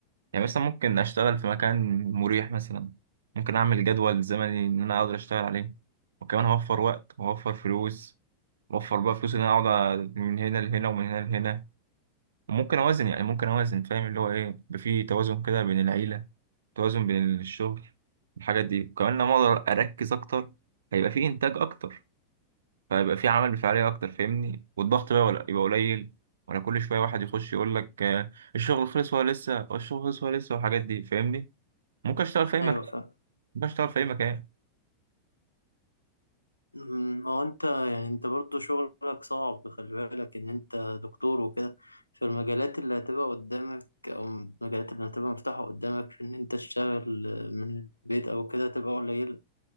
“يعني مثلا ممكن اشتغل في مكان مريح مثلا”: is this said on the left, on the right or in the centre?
Right